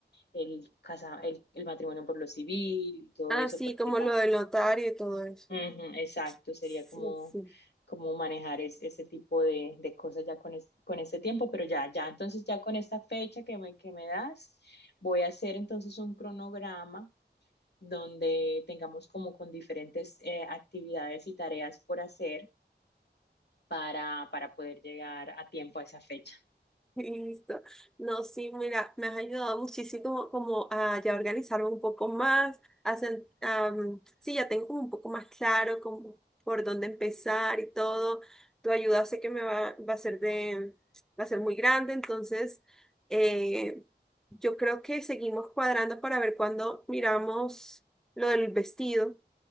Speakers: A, on the left; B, in the centre.
A: el, casa, el, el matrimonio por lo civil y todo
B: Ah,
A: eso,
B: sí,
A: porque
B: como
A: ta-
B: lo del notario y todo eso.
A: Ujú, exacto, sería
B: Sí,
A: como,
B: sí.
A: como manejar es- ese tipo de, de cosas ya con, es- con ese tiempo, pero ya, ya, entonces ya con esta fecha que me, que me das, voy a hacer entonces un cronograma donde tengamos como con diferentes eh, actividades y tareas por hacer para, para poder llegar a tiempo a esa fecha.
B: <laughs> Listo. No, sí, mira, me has ayudado muchísimo como a ya organizarme un poco más, a sen- am, sí, ya tengo como un poco más claro como por dónde empezar y todo. Tu ayuda sé que me va, va a ser de, va a ser muy grande, entonces eh, yo creo que seguimos cuadrando para ver cuándo miramos lo del vestido